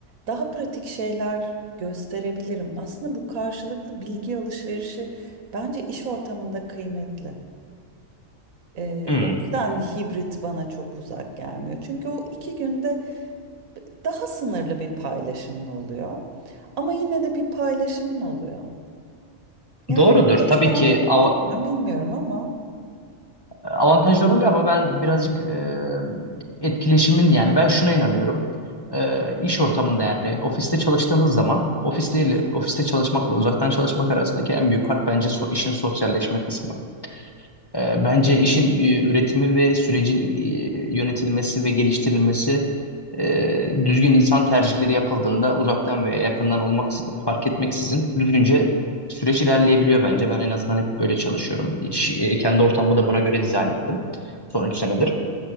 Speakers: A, on the right; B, on the left.
A: daha pratik şeyler gösterebilirim. Aslında bu karşılıklı bilgi alışverişi bence iş ortamında kıymetli. E,
B: Hmm.
A: o yüzden hibrit bana çok uzak gelmiyor. Çünkü o iki günde daha sınırlı bir paylaşımın oluyor. Ama yine de bir paylaşımın oluyor. Yani
B: Doğrudur.
A: hiç bu açıdan
B: Tabii ki
A: düşündün
B: av-
A: mü bilmiyorum ama.
B: avantajlar oluyor ama ben birazcık e, etkileşimin yani ben şuna inanıyorum. E, iş ortamında yani ofiste çalıştığımız zaman ofiste ile ofiste çalışmakla uzaktan çalışmak arasındaki en büyük fark bence so- işin sosyalleşme kısmı. E, Bence işin e, üretimi ve sürecin e, yönetilmesi ve geliştirilmesi e, düzgün insan tercihleri yapıldığında uzaktan veya yakından olmak fark etmeksizin düzgünce süreç ilerleyebiliyor bence. Ben en azından hep böyle çalışıyorum. İş, e, kendi ortamımı da buna göre dizayn ettim son 3 senedir.